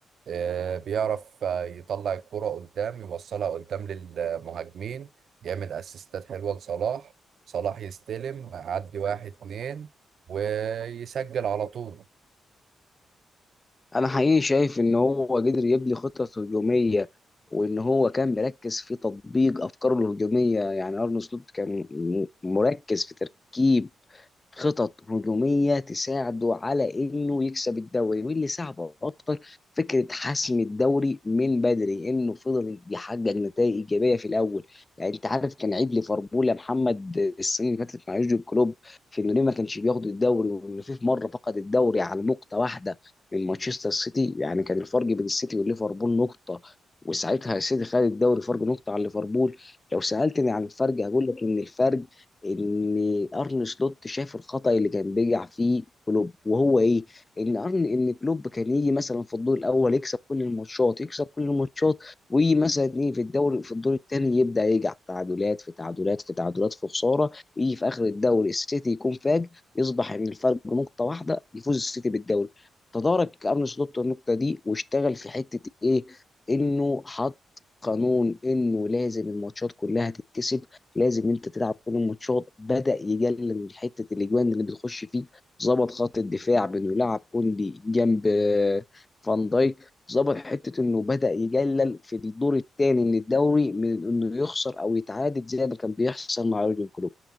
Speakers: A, on the right; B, on the left.
A: آه، بيعرف آه، يطلع الكرة قدام يوصلها قدام للمهاجمين يعمل اسيستات حلوة لصلاح صلاح يستلم يعدي واحد اتنين ويسجل على طول
B: انا حقيقي شايف ان هو قدر يبني خطط هجوميه وان هو كان مركز في تطبيق افكاره الهجوميه يعني ارن سلوت كان م- مركز في تركيب خطط هجومية تساعده على انه يكسب الدوري واللي ساعده اكتر فكرة حسم الدوري من بدري انه فضل يحقق نتائج ايجابية في الاول يعني انت عارف كان عيب ليفربول يا محمد السنة اللي فاتت مع يورجن كلوب في انه ليه ما كانش بياخد الدوري وانه في في مرة فقد الدوري على نقطة واحدة من مانشستر سيتي يعني كان الفرق بين السيتي وليفربول نقطة وساعتها السيتي خد الدوري فرق نقطة عن ليفربول لو سألتني عن الفرق هقول لك إن الفرق ان ارن سلوت شاف الخطأ اللي كان بيقع فيه كلوب وهو ايه ان ارن ان كلوب كان يجي مثلا في الدور الاول يكسب كل الماتشات يكسب كل الماتشات ويجي مثلا ايه في الدوري في الدور الثاني يبدا يقع في تعادلات في تعادلات في تعادلات في خساره يجي في اخر الدوري السيتي يكون فاج يصبح ان الفرق نقطه واحده يفوز السيتي بالدوري تدارك ارن سلوت النقطه دي واشتغل في حته ايه انه حط قانون انه لازم الماتشات كلها تتكسب لازم انت تلعب كل الماتشات بدا يقلل من حته الاجوان اللي بتخش فيه ظبط خط الدفاع بانه يلعب كوندي جنب آه، فان دايك ظبط حته انه بدا يقلل في الدور الثاني من الدوري من انه يخسر او يتعادل زي ما كان بيحصل مع يورجن كلوب